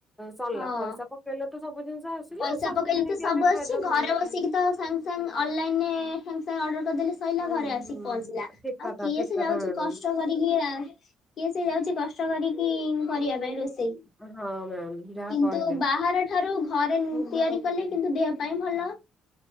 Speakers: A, in the centre; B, on the left (about 45°).
A: ସରିଲା
B: ହଁ
A: ପଇସା ପକେଇଲେ ତ ସବୁ ଜିନିଷ ଆସିଲା
B: ପଇସା
A: ସବୁ
B: ପକେଇଲେ
A: କିଣିକି
B: ତ ସବୁ
A: ଆମେ
B: ଆସୁଛି
A: ଖାଇଦବା।
B: ଘରେ ବସିକି ତ ସାଙ୍ଗସଙ୍ଗ ଅନଲାଇନ୍ରେ ସାଙ୍ଗସଙ୍ଗ୍ ଅର୍ଡ଼ର କରିଦେଲି। ସୋଇଲାା
A: ହୁଁ
B: ଘରେ ଆସିକି
A: ହୁଁ
B: ପହଞ୍ଚିଲା
A: ଠିକ କଥା
B: ଆଉ କିଏ
A: ଠିକ
B: ସେ
A: କଥା
B: ଯାଉଛି
A: ମ୍ୟାଡାମ।
B: କଷ୍ଟ। କରିକି କିଏ ସେ ଯାଉଛି କଷ୍ଟ କରିକି କରିବା ପାଇଁ ରୋଷେଇ
A: ହଁ ମ୍ୟାମ୍ ଯାହା
B: କିନ୍ତୁ
A: କହିଲେ
B: ବାହାର ଠାରୁ ଘରେ ତିଆରି କଲେ କିନ୍ତୁ ଦେହ ପାଇଁ ଭଲ।